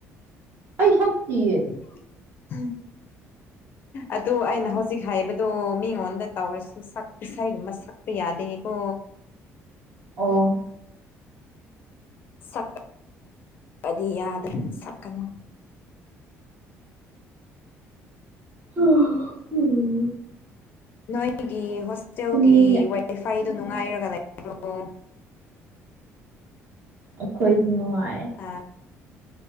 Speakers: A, on the right; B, on the left.
A: ꯑꯩ ꯁꯛꯇꯤꯌꯦ
B: <unintelligible> ꯑꯗꯣ ꯑꯩꯅ ꯍꯧꯖꯤꯛ ꯍꯥꯏꯕ ꯗꯣ ꯃꯤꯉꯣꯟꯗ ꯇꯧꯔꯁꯨ ꯁꯛ ꯏꯁꯩꯒꯨꯝꯕ ꯁꯛꯄ ꯌꯥꯗꯦꯀꯣ
A: ꯑꯣ
B: ꯁꯛ ꯑꯗꯤ ꯌꯥꯗꯔꯦ ꯁꯛꯀꯅꯨ
A: <unintelligible>
B: ꯅꯣꯏꯒꯤ ꯍꯣꯁꯇꯦꯜꯒꯤ
A: ꯇꯨꯝꯅꯤꯡꯉꯦ
B: ꯋꯥꯏꯐꯥꯏꯗꯨ ꯅꯨꯡꯉꯥꯏꯔꯒ ꯂꯩꯕ꯭ꯔꯣ
A: ꯑꯩꯈꯣꯏꯗꯤ ꯅꯨꯡꯉꯥꯏ
B: ꯑꯥ